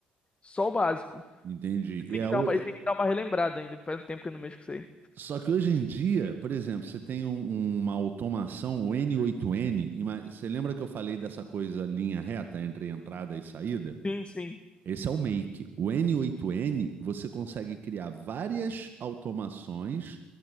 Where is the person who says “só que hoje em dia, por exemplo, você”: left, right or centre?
Right